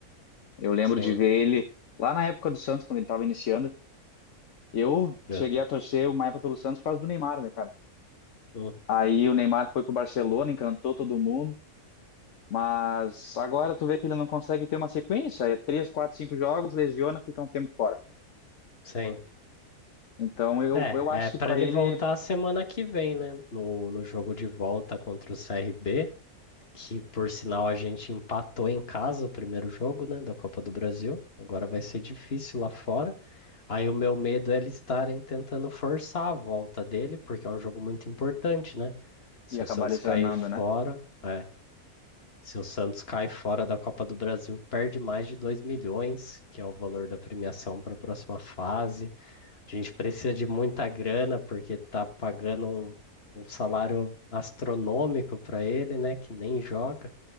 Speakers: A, on the left; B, on the left.
A: Eu lembro
B: Sim.
A: de ver ele lá na época do Santos, quando ele estava iniciando. Eu
B: É.
A: cheguei a torcer uma época pelo Santos por causa do Neymar, né, cara?
B: Uhum.
A: Aí o Neymar foi pro Barcelona, encantou todo mundo, mas agora tu vê que ele não consegue ter uma sequência, é três, quatro, cinco jogos, lesiona, fica um tempo fora.
B: Sim.
A: Então eu,
B: É,
A: eu acho
B: é para
A: que pra
B: ele
A: ele
B: voltar semana que vem, né? No, no jogo de volta contra o CRB, que por sinal a gente empatou em casa o primeiro jogo, né, da Copa do Brasil. Agora vai ser difícil lá fora. Aí o meu medo é eles estarem tentando forçar a volta dele, porque é um jogo muito importante, né? Se
A: ia
B: o
A: acabar
B: Santos
A: lesionando,
B: cair fora.
A: né?
B: É, Se o Santos cai fora da Copa do Brasil, perde mais de 2 milhões, que é o valor da premiação para a próxima fase. A gente precisa de muita grana, porque está pagando um, um salário astronômico para ele, né? Que nem joga.